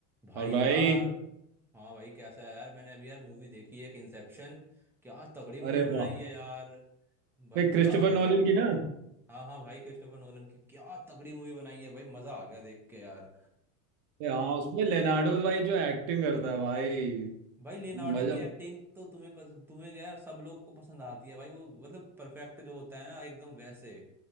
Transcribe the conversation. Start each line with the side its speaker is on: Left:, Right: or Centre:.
Centre: भाई
Right: और भाई
Centre: यार हाँ भाई कैसा है यार मैंने अभी यार मूवी देखी है एक इंसेप्शन क्या तगड़ी मूवी
Right: अरे
Centre: बनाई
Right: वाह
Centre: है यार भाई
Right: भाई
Centre: मजा
Right: क्रिस्टोफर
Centre: आ गया
Right: नॉलन की ना
Centre: हाँ हाँ भाई क्रिस्टोफर नोलन की क्या तगड़ी मूवी बनाई है भाई मजा आ गया देख के यार
Right: ए, हाँ उसमें लेनार्डो भाई जो एक्टिंग करता है भाई
Centre: भाई लियोनार्डो
Right: मजा
Centre: की एक्टिंग तो तुम्हें पस, तुम्हें क्या सब लोग को पसंद आती है भाई वो मतलब परफेक्ट जो होता है ना एकदम वैसे